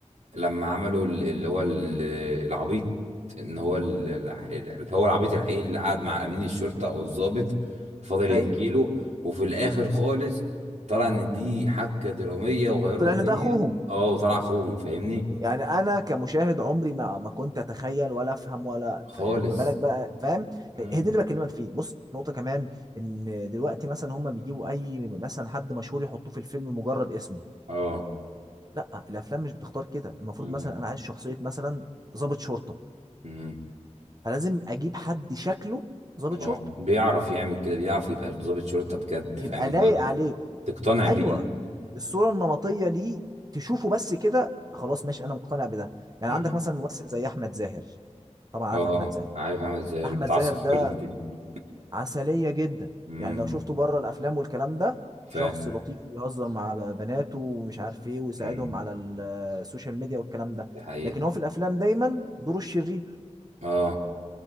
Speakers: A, on the right (about 70°); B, on the right (about 30°).
A: لما عملوا ال- اللي هو ال- العبيط ان هو ال- اللي هو العبيط الحقيقي اللي قعد مع امين الشرطه او الضابط فضل يحكي
B: ايوه
A: له وفي الاخر خالص طلع ان دي حبكه دراميه وغيروا
B: طلع
A: الدنيا
B: ان ده اخوهم
A: اه وطلع اخوهم فاهمني
B: يعني انا كمشاهد عمري ما ما كنت اتخيل ولا افهم ولا
A: خالص
B: ف... يعني ما بالك بقى فاهم
A: امم
B: هي دي اللي بكلمك فيه بص نقطه كمان ان دلوقتي مثلا هم بيجيبوا اي مثلا حد مشهور يحطوه في الفيلم مجرد اسمه
A: اه
B: لا الافلام مش بتختار كده المفروض
A: امم
B: مثلا انا عايز شخصيه مثلا ضابط شرطه
A: امم
B: فلازم اجيب حد شكله ضابط
A: اه
B: شرطه
A: بيعرف يعمل كده بيعرف يبقى ضابط شرطه بجد
B: يبقى
A: فاهمني
B: لايق
A: اللي هو
B: عليه
A: تقتنع
B: ايوه
A: بيه
B: الصوره النمطيه ليه تشوفه بس كده خلاص ماشي انا مقتنع بده يعني
A: امم.
B: عندك مثلا ممثل زي احمد زاهر طبعا
A: اه
B: عارف احمد زاهر
A: عارف عامل ازاي اللي
B: احمد
A: بيتعصب
B: زاهر ده
A: في كل الدنيا دي
B: عسليه جدا
A: امم
B: يعني لو شفته بره الافلام والكلام ده
A: فاهم
B: شخص لطيف ويهزر مع ب- بناته ومش عارف ايه ويساعدهم
A: امم
B: على ال- السوشيال ميديا والكلام ده
A: دي حقيقة
B: لكن هو في الافلام دايما دوره الشرير
A: اه